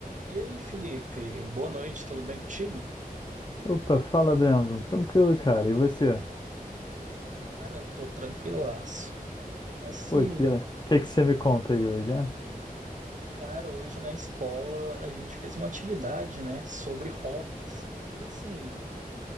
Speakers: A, on the right (about 55°); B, on the left (about 30°).
A: E aí, Felipe, boa noite, tudo bem contigo?
B: Opa, fala, Brandon. Tranquilo, cara. E você?
A: Cara, eu tô tranquilaço. Assim,
B: Pô, Kira, o que que você me conta aí hoje, né?
A: cara, hoje na escola a gente fez uma atividade, né, sobre hobbies. E assim,